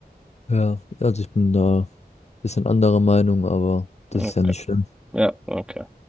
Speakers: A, on the left; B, in the centre.
A: Ja, also ich bin da ein bisschen anderer Meinung, aber das
B: Okay.
A: ist ja nicht schlimm.
B: Ja, okay.